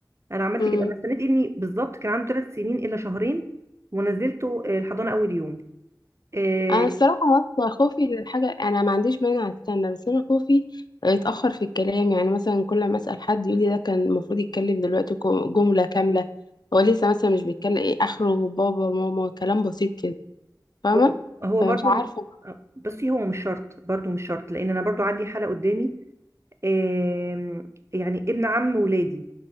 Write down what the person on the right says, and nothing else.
انا عملت
كده انا استنيت ابني بالظبط كان عنده ثلاث سنين الا شهرين ونزلته آه، الحضانة اول يوم آه،
هو هو
برضو
بصي هو مش شرط برضو مش شرط لان انا برضو عندي حالة قدامي آم، يعني ابن عم ولادي